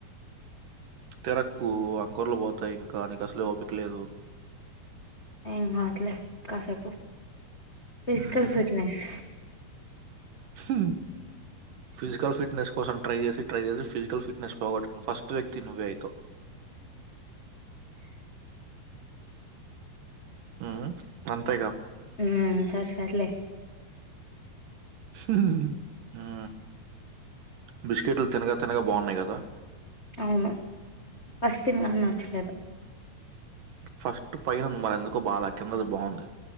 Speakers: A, on the right; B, on the left.
A: తెరక్కు అంకురలు పోతాయి ఇంకా నీకు అసలు ఓపిక లేదు
B: ఏం మాట్లె కాసేపు ఫిజికల్
A: ఉహు
B: ఫిట్నెస్
A: హు ఫిజికల్ ఫిట్నేస్ కోసం ట్రై చేసి ట్రై చేసి ఫిజికల్ ఫిట్నెస్ పొగట్ ఫస్ట్ వ్యక్తి నువ్వే అయితవ్. ఉ అంతేగా
B: ఉ సర్ సర్లే
A: ఉ బిస్కెట్లు తినగా తినగా బావున్నాయ్ కదా.
B: అవును, ఫస్ తిన్ నాక్ నచ్చలేదు.
A: ఫస్ట్ పైనుంది. మరెందుకో బాల కిందది బావుంది.